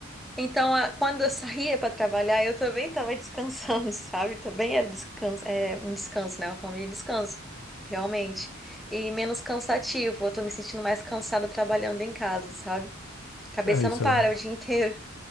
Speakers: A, in the centre; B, on the left.
A: Então, a- quando eu saía para trabalhar, eu também estava descansando, <laughs> sabe? Também era descanso, é, um descanso, né? Uma forma de descanso, realmente. E menos cansativo. Eu tô me sentindo mais cansada trabalhando em casa, sabe? Cabeça
B: É isso,
A: não para
B: né?
A: o dia inteiro.